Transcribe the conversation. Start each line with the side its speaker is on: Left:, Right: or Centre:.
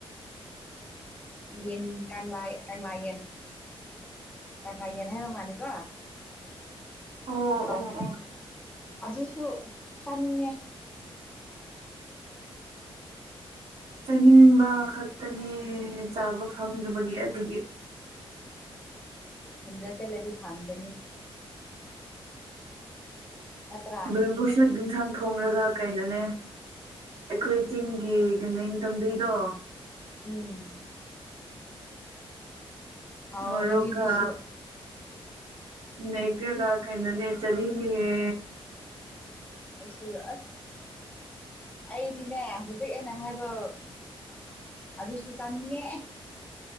Left: ꯌꯦꯟ ꯀꯪꯂꯥ ꯀꯪꯂꯥ ꯌꯦꯟ ꯀꯪꯂꯥ ꯌꯦꯅꯍ ꯃꯥ ꯃꯥꯅꯤ ꯀ
Right: ꯑꯣ
Left: ꯀꯥꯎ
Right: ꯑꯣ ꯑꯣ
Left: ꯑꯗꯨꯖꯤꯛꯁꯨ ꯆꯅꯤꯡꯉꯦ꯫
Right: ꯆꯥꯅꯤꯡꯕ ꯈꯛꯇꯅꯦ ꯆꯥꯕ ꯐꯪꯗꯕꯒꯤ ꯑꯗꯨꯒꯤ꯫
Left: ꯁꯟꯗ ꯆꯜꯂꯗꯤ ꯐꯪꯒꯅꯤ꯫ ꯅꯠꯇ꯭ꯔꯥ
Right: ꯕꯦꯝꯕꯨꯁꯨ ꯌꯦꯟꯁꯥꯡ ꯊꯣꯡꯡꯂꯒ ꯀꯩꯅꯣꯅꯦ꯫ ꯑꯩꯈꯣꯏ ꯆꯤꯡꯒꯤ ꯅ ꯇꯝꯕꯤꯗꯣ꯫
Left: ꯎꯝ꯫ ꯍꯥꯎꯒꯅꯤ
Right: ꯃꯔꯣꯀ
Left: ꯑꯗꯨꯁꯨ
Right: ꯅꯩꯔꯥꯒ ꯀꯩꯅꯣ ꯅꯦ ꯫ ꯆꯗꯤꯅꯦ꯫
Left: ꯑꯩꯁꯨ ꯑꯁ ꯑꯩꯗꯤꯅꯦ ꯍꯧꯖꯤꯛ ꯑꯩꯅ ꯍꯥꯏꯕ ꯑꯗꯨꯁꯨ ꯆꯥꯅꯤꯡꯉꯦ꯫